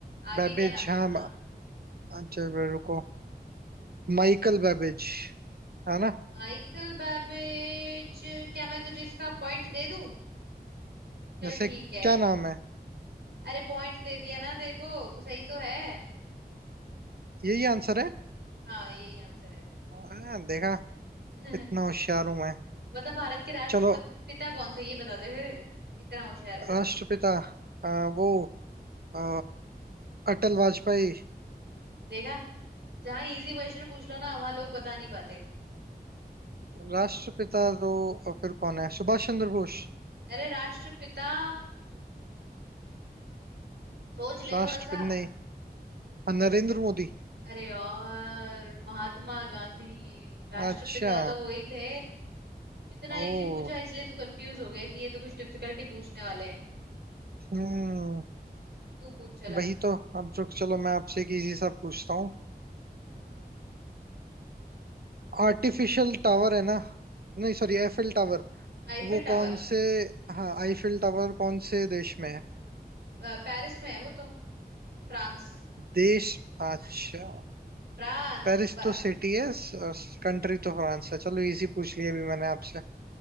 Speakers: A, on the right; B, on the right.
A: आगे
B: बैबेज
A: क्या नाम
B: हाँ
A: था हाँ
B: अच्छा रुको माइकल बेबेज है ना
A: माइकल बैबेज क्या मैं तुझे इसका पॉइंट दे दूं चल
B: वैसे
A: ठीक है
B: क्या नाम है
A: अरे पॉइंट दे दिया ना तेरे को वो सही तो है
B: यही आंसर है
A: हाँ यही आंसर
B: आ, देखा
A: है
B: इतना होशियार हूं मैं
A: <laughs> बता भारत के राष्ट्रपिता
B: चलो
A: कौन थे ये बता दे फिर इतना होशियार है ना
B: राष्ट्रपिता
A: तू
B: आ, वो आ, अटल वाजपेयी
A: देखा जहाँ इजी क्वेश्चन पूछ लो ना वहां लोग बता नहीं पाते
B: राष्ट्रपिता तो फिर कौन है सुभाष चंद्र बोस
A: अरे राष्ट्रपिता सोच ले
B: राष्ट्रपति
A: थोड़ा सा
B: नहीं आ, नरेंद्र मोदी
A: अरे यार महात्मा गांधी राष्ट्रपिता
B: अच्छा
A: तो वही थे इतना
B: ओ
A: इजी पूछा इसलिए तू कंफ्यूज हो गया कि ये तो कुछ डिफिकल्टी पूछने वाले हैं
B: हम्म
A: तू पूछ चल अब
B: वही तो अब रुक चलो मैं आपसे एक इजी सा पूछता हूँ आर्टिफिशियल टावर है ना नहीं सॉरी एफिल टावर
A: आईफिल
B: वो
A: टावर
B: कौन से हाँ आईफिल टावर कौन से देश में है
A: अ, पेरिस में है वो तो फ्रांस
B: देश अच्छा
A: फ्रांस
B: पेरिस
A: ब-
B: तो सिटी है कंट्री तो फ्रांस है चलो इजी पूछ लिया अभी मैंने आपसे